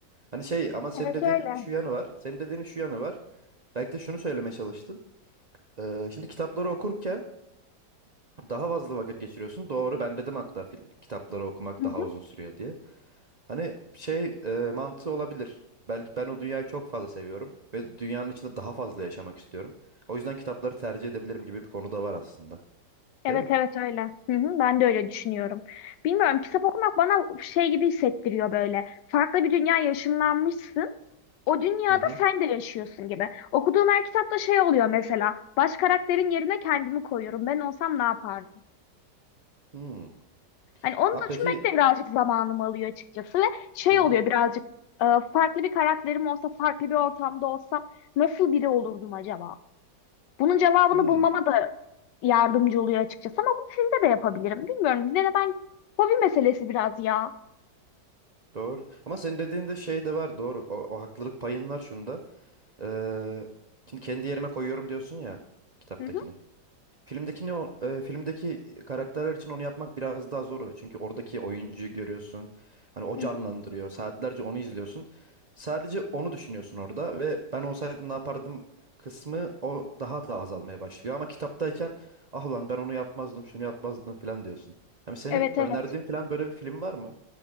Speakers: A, on the right; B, on the left.
A: Hani şey ama senin
B: Evet
A: dediğin
B: öyle.
A: şu yanı var. Senin dediğin şu yanı var. Belki de şunu söylemeye çalıştın. Ee, şimdi kitapları okurken daha fazla vakit geçiriyorsun. Doğru ben dedim hatta film, kitapları okumak
B: Hı
A: daha
B: hı.
A: uzun sürüyor diye. Hani şey e, mantığı olabilir. Belki ben o dünyayı çok fazla seviyorum ve dünyanın içinde daha fazla yaşamak istiyorum. O yüzden kitapları tercih edebilirim gibi bir konu da var aslında.
B: Evet
A: Değil mi?
B: evet öyle. Hı hı, ben de öyle düşünüyorum. Bilmiyorum kitap okumak bana şey gibi hissettiriyor böyle. Farklı bir dünya ışınlanmışsın. O dünyada
A: Hı hı.
B: sen de yaşıyorsun gibi. Okuduğum her kitapta şey oluyor mesela. Baş karakterin yerine kendimi koyuyorum. Ben olsam ne yapardım?
A: Hmm.
B: Hani onu
A: Ha peki.
B: düşünmek de birazcık zamanımı alıyor açıkçası ve şey
A: Hı hı.
B: oluyor birazcık e, farklı bir karakterim olsa, farklı bir ortamda olsam nasıl biri olurdum acaba? Bunun cevabını
A: Hmm.
B: bulmama da yardımcı oluyor açıkçası ama bunu filmde de yapabilirim. Bilmiyorum. Yine de ben hobi meselesi biraz ya.
A: Doğru. Ama senin dediğinde şey de var. Doğru. O, o haklılık payın var şunda. Ee, şimdi kendi yerime koyuyorum diyorsun ya kitaptakini.
B: Hı hı,
A: Filmdekini o- e, filmdeki karakterler için onu yapmak biraz daha zor oluyor. Çünkü oradaki oyuncuyu görüyorsun. Hani o
B: hı
A: canlandırıyor.
B: hı.
A: Saatlerce onu izliyorsun. Sadece onu düşünüyorsun orada ve ben olsaydım ne yapardım kısmı o daha da azalmaya başlıyor. Ama kitaptayken ah ulan ben onu yapmazdım, şunu yapmazdım falan diyorsun. Hani senin
B: Evet
A: önerdiğin
B: evet.
A: falan böyle bir film var mı?